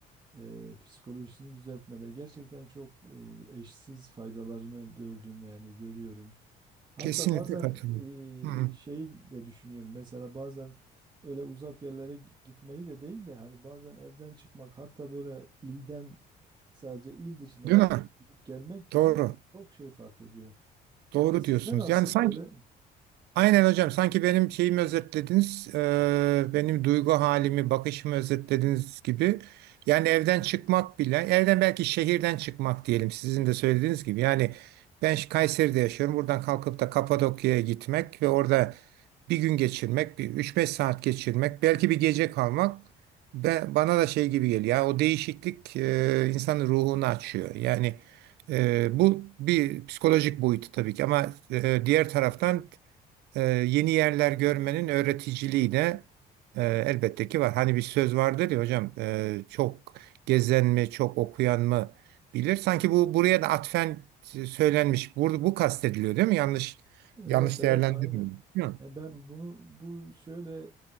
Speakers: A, on the right; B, on the right.
A: e, psikolojisini düzeltmede gerçekten çok e, eşsiz faydalarını gördüm yani görüyorum. Hatta
B: kesinlikle
A: bazen
B: katılıyorum. Hı,
A: e, şey de düşünüyorum. Mesela bazen öyle uzak yerlere gi- gitmeyi de değil de hani bazen evden çıkmak hatta böyle ilden sadece il dışına
B: değil mi?
A: gidip gelmek bile
B: Doğru.
A: çok şey fark ediyor.
B: Doğru
A: E, Sizde
B: diyorsunuz.
A: nasıl
B: Yani sanki
A: böyle?
B: aynen hocam sanki benim şeyimi özetlediniz. e, benim duygu halimi, bakışımı özetlediniz gibi. Yani evden çıkmak bile, evden belki şehirden çıkmak diyelim sizin de söylediğiniz gibi. Yani ben Kayseri'de yaşıyorum. Buradan kalkıp da Kapadokya'ya gitmek ve orada bir gün geçirmek, bir 3-5 saat geçirmek, belki bir gece kalmak ben, bana da şey gibi geliyor. Ya, o değişiklik e, insanın ruhunu açıyor. Yani e, bu bir psikolojik boyutu tabii ki ama e, diğer taraftan e, yeni yerler görmenin öğreticiliği de e, elbette ki var. Hani bir söz vardır ya hocam e, çok gezen mi, çok okuyan mı bilir. Sanki bu buraya da atfen söylenmiş. Bu, bu kastediliyor değil mi? Yanlış
A: Evet
B: yanlış
A: evet
B: değerlendirmiyorum.
A: aynen.
B: Değil mi?
A: Ya ben bunu bu şöyle